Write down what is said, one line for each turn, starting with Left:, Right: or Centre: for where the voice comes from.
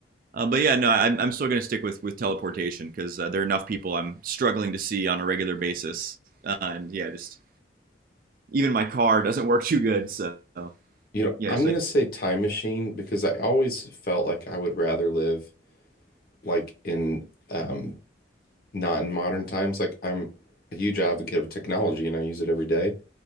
Right: Uh, but yeah, no, I'm I'm still gonna stick with with teleportation because uh, there are enough people I'm struggling to see on a regular basis, uh, and yeah, just even my car doesn't work too good, so
Left: You know,
Right: yeah,
Left: I'm
Right: it's like
Left: gonna say time machine because I always felt like I would rather live like in um not in modern times. Like I'm a huge advocate of technology and I use it every day,